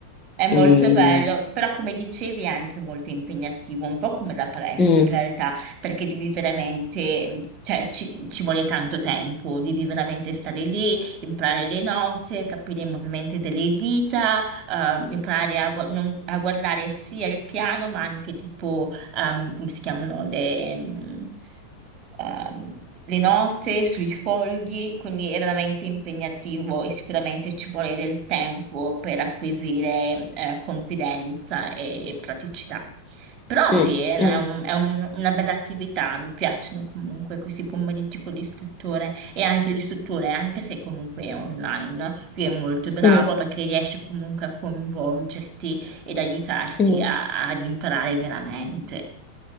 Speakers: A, on the right; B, on the left.
A: è molto
B: Ehm,
A: bello, però come dicevi è anche molto impegnativo, un po' come la palestra
B: mm,
A: in realtà, perché devi veramente, cioè ci, ci vuole tanto tempo, devi veramente stare lì, imparare le note, capire i movimenti delle dita, eh, imparare a, gu- non- a guardare sia il piano ma anche tipo ehm, come si chiamano, le, mm, ehm, le note sui fogli, quindi è veramente impegnativo e sicuramente ci vuole del tempo per acquisire eh, confidenza e praticità. Però
B: mm,
A: sì, è
B: mm,
A: un- è un- una bella attività, mi piacciono comunque questi pomeriggi con l'istruttore e anche l'istruttore, anche se comunque è online, no? lui è molto bravo
B: mm,
A: perché riesce comunque a coinvolgerti ed aiutarti
B: mm.
A: a- ad imparare veramente.